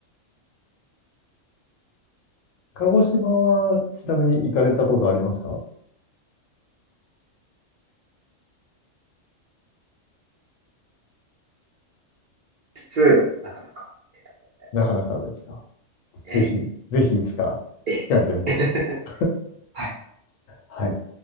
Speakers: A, on the left; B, on the right.
A: 鹿児島はちなみに行かれたことありますか
B: にしつつ、なかなかっていうところ。
A: なかなかですか
B: え
A: ぜひ、ぜひいつか
B: え、ええ。
A: 行かれてみてください。
B: <laughs> はい
A: はい。